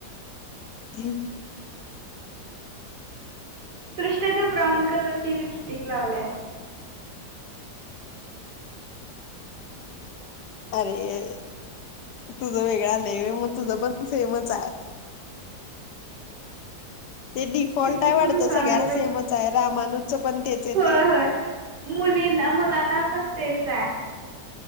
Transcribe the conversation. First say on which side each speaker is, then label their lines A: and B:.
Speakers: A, on the left; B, on the right.
A: हम <unintelligible>
B: सृष्टे तू ब्राऊन कलरची लिपस्टिक लावल्यास.
A: अरे तुझ वेगळं आलंय व्हय, मग तुझं पण सेमच हाय. ते डिफॉल्ट
B: किती
A: आहे वाटतं.
B: दिसायलंय
A: सगळ्यांना
B: बघ
A: सेमच
B: की
A: आहे रामानुच पण तेच येतंय.
B: होय होय मुलींना मुलांना पण तेचे.